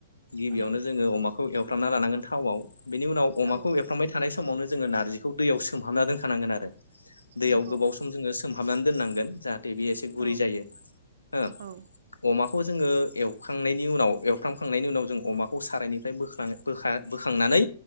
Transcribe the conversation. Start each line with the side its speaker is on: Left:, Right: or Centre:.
Left: गिबियावनो
Right: नंगौ
Left: जोङो अमाखौ एवफ्रामना लानांगोन। थावआव बेनि उनाव अमाखौ
Right: औ
Left: एरफ्रामबाय था थानाय समावनो जोङो नारजिखौ दैयाव सोमहाबना दोनखानांगोन आरो । दैयाव
Right: नंगौ
Left: गोबाव सम जोङो सोम हाबनानै दोननांगोन जाहाथ दे बि एसे गुरै
Right: औ
Left: जायो हो
Right: औ
Left: अमा खौ जोङो एवखांनायनि उनाव एवफ्रामखांनायनि उनाव जों अमा खौ सारायनिफ्राय बोखा-बोखा बोखांनानै